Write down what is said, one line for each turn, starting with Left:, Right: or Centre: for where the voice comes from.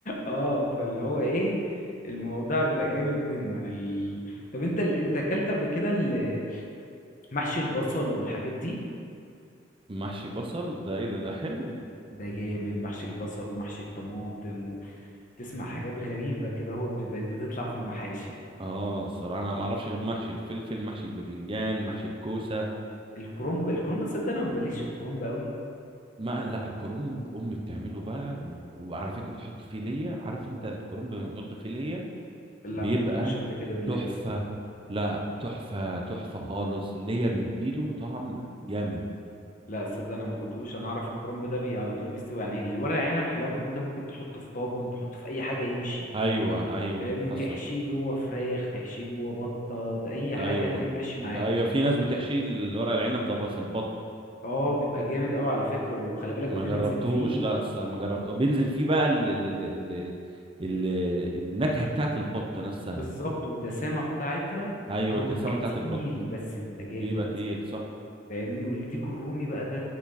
Left: اه فاللي هو ايه الموضوع بيبقى جامد منه يعني ال... طب انت ال... انت اكلت قبل كده ال- محشي البصل والحاجات دي
Right: محشي بصل ده ايه ده ده حلو
Left: ده جامد محشي البصل ومحشي الطماطم وتسمع حاجات غريبه كده هو بت- بقت بتطلع في المحاشي
Right: اه الصراحه انا ما اعرفش غير محشي الفلفل محشي البتنجان محشي الكوسه
Left: الكرنب الكرنب صدق انا ما بليش في الكرنب قوي
Right: ما لا الكرنب امي بتعمله بقى وعلى فكره بتحط فيه ليا عارف انت الكرنب لما بتحط فيه ليا
Left: لا
Right: بيبقى
Left: ما دوتوش قبل كده بالله
Right: تحفه
Left: صدق
Right: لا تحفه تحفه خالص ليا بيديله طعم جامد
Left: لا صدق انا ما دوتوش انا اعرف الكرنب ده بي على طول بيستوي يعني الورق عنب حلاوته انت ممكن تحطه في طاجن تحطه في اي حاجه يمشي
Right: ايوه ايوه
Left: فاهمني
Right: حصل
Left: تحشيه جوه فراخ تحشيه جوه بطه اي حاجه
Right: ايوه
Left: هتلاقيه ماشي معاك
Right: بقى ايوه في ناس بتحشي الورق العنب ده بقى في البط
Left: اه بيبقى جامد قوي على فكره وخلي بالك
Right: ما
Left: بتنزل
Right: جربتوش
Left: فيه
Right: لا س- ما جربت بينزل فيه بقى ال ال ال ال ال النكهة بتاعت البط نفسها
Left: بالظبط والدسامه بتاعتها
Right: ايوه
Left: هو
Right: الدسامة
Left: بيبقى
Right: بتاعت البط
Left: تقيل بس بيبقى جامد
Right: بيبقى تقيل صح
Left: فاهمني والديك الرومي بقى ده